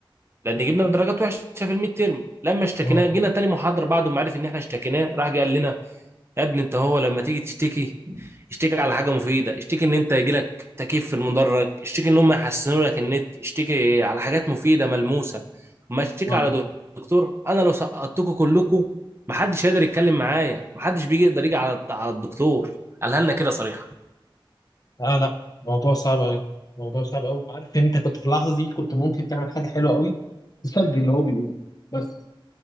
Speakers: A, on the right (about 25°); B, on the left (about 45°).
A: لان جبنا درجات وحشة في الميد تيرم لما اشتكيناه
B: اه
A: جينا تاني محاضرة بعد ما عرف ان احنا اشتكيناه راح جه قال لنا يا ابني انت هو لما تيجي تشتكي اشتكي على حاجه مفيده اشتكي ان انت يجيلك تكييف في المدرج اشتكي ان هم يحسنوا لك النت اشتكي على حاجات مفيده ملموسه ما اشتكي
B: اه
A: على دكتور انا لو سقطتكم كلكم محدش هيقدر يتكلم معايا محدش بيجي يقدر يجي على على الدكتور قالها لنا كده صريحه
B: لا لا موضوع صعب قوي موضوع صعب قوي عارف إن انت كنت في اللحظه دي كنت ممكن تعمل حاجه حلوه قوي تسجل اللي هو بيقوله بس